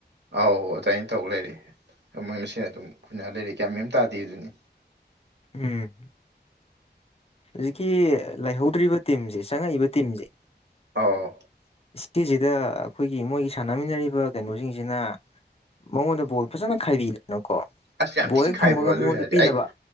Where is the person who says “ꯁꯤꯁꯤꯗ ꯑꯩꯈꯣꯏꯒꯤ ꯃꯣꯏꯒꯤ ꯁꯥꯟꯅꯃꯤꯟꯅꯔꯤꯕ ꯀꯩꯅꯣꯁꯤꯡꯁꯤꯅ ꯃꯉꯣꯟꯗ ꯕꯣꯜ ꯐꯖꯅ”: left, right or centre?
Left